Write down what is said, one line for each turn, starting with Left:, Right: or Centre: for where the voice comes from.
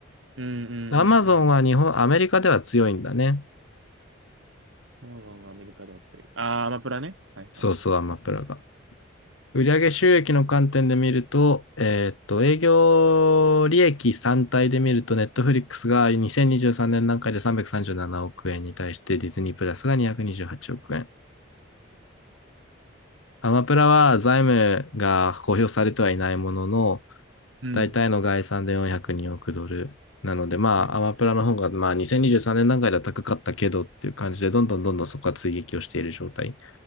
Right: うんうんうん
Left: Amazon
Right: うん。
Left: は日本、アメリカでは強いんだね。
Right: そうなのアメリカでは強い。あー、アマプラね。はいはい。
Left: そうそう、アマプラが。売上収益の観点で見ると、えーっと、営業利益単体で見ると、Netflix が2023年段階で337億円に対して、ディズニープラスが228億円。アマプラは財務が公表されてはいないものの、
Right: うん。
Left: 大体の概算で402億ドル。なので、まあ、
Right: うん
Left: アマプラの方が、まあ、2023年段階では高かったけどっていう感じで、どんどんどんどんそこは追撃をしている状態。